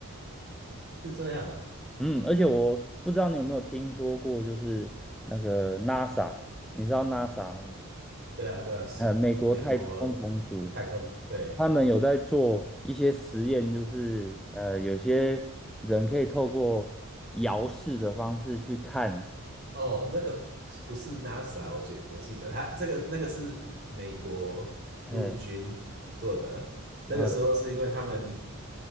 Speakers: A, on the right; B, in the centre.
A: 是这样啊。
B: 嗯，而且我不知道你有没有听说过，就是那个 NASA，你知道 NASA 吗？
A: 对啊，对啊，是美国
B: 呃，美国太空总署。
A: 太空，对，
B: 他们有在做一些实验，就是呃，有些人可以透过遥视的方式去看，
A: 哦，那个不是 NASA，我觉我记得他这个那个是美国陆军做的，
B: 嘿，
A: 那个时候是因为他们
B: 呃，